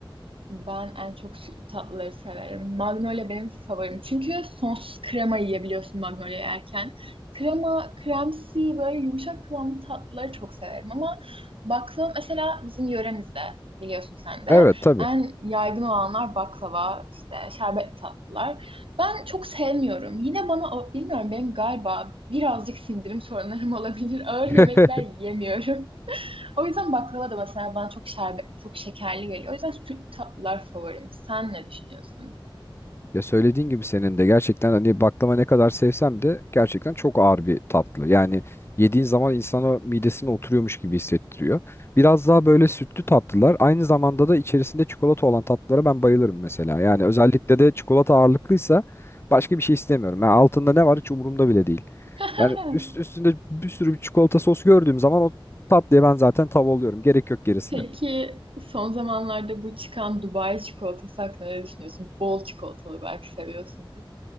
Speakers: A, on the right; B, on the left.
A: Ben en çok sü- tatlıları severim. Magnolia benim favorim. Çünkü sonsuz krema yiyebiliyorsun Magnolia yerken. Krema, kremsi böyle yumuşak kıvamlı tatlıları çok severim. Ama baklava mesela bizim yöremizde biliyorsun sen de.
B: Evet tabii.
A: En yaygın olanlar baklava, işte şerbet tatlılar. Ben çok sevmiyorum. Yine bana, o- bilmiyorum benim galiba birazcık sindirim sorunlarım <laughs> olabilir. Ağır
B: <laughs>
A: yemekler yiyemiyorum. O yüzden baklava da mesela bana çok şerbet, çok şekerli geliyor. O yüzden süt tatlılar favorim. Sen ne düşünüyorsun?
B: Ya söylediğin gibi senin de gerçekten hani baklava ne kadar sevsem de gerçekten çok ağır bir tatlı. Yani yediğin zaman insana midesine oturuyormuş gibi hissettiriyor. Biraz daha böyle sütlü tatlılar aynı zamanda da içerisinde çikolata olan tatlılara ben bayılırım mesela. Yani özellikle de çikolata ağırlıklıysa başka bir şey istemiyorum. Yani altında ne var hiç umurumda bile değil.
A: <laughs>
B: Yani üst, üstünde bir sürü bir çikolata sos gördüğüm zaman o tatlıya ben zaten tav oluyorum. Gerek yok gerisine.
A: Peki son zamanlarda bu çıkan Dubai çikolatası hakkında ne düşünüyorsun? Bol çikolatalı belki seviyorsundur.